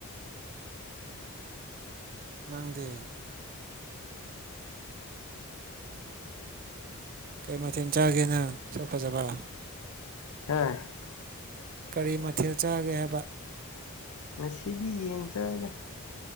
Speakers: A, on the right (about 40°); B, on the left (about 75°).
A: ꯅꯪꯗꯦ ꯀꯩ ꯃꯊꯦꯜ ꯆꯥꯒꯦꯅꯪ ꯁꯛ ꯐꯖꯕ
B: ꯍꯥꯦ
A: ꯀꯔꯤ ꯃꯊꯦꯜ ꯆꯥꯒꯦ ꯍꯥꯏꯕ
B: ꯉꯁꯤꯗꯤ ꯌꯦꯟ ꯆꯏꯗ